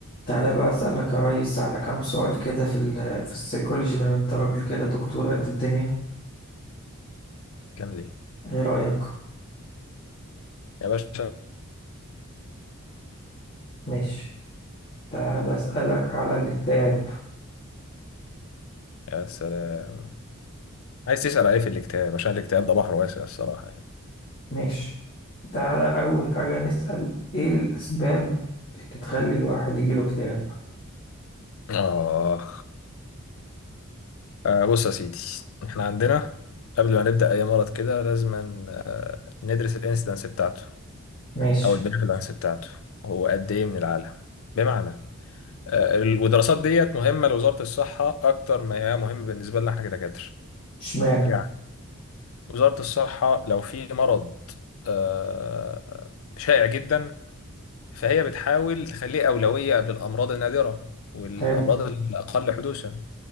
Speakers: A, on the left; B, on the left.
A: تعالى بقى أسألك يا ريس على كام سؤال كده في ال في السيكولوجي بما إن انت راجل كده دكتور قد الدنيا
B: الافلام دي
A: ايه رأيك؟
B: يا باشا
A: ماشي تعالى أسألك على الاكتئاب
B: يا سلام عايز تسأل عليه في الاكتئاب عشان الاكتئاب ده بحر واسع الصراحة يعني
A: ماشي تعالى أول حاجة نسأل ايه الأسباب اللي تخلي الواحد يجيله اكتئاب
B: اه آه. آه بص يا سيدي احنا عندنا قبل ما نبدأ أي مرض كده لازم آه ندرس الانسيدنس بتاعته
A: ماشي
B: أو البريفالنس بتاعته هو قد إيه من العالم بمعنى آه ال- والدراسات ديت مهمة لوزارة الصحة أكتر ما هي مهمة بالنسبة لنا احنا كدكاترة
A: اشمعنى
B: يعني وزارة الصحة لو في مرض آه شائع جدا فهي بتحاول تخليه أولوية قبل الأمراض النادرة والأمراض
A: حلو
B: الأقل حدوثا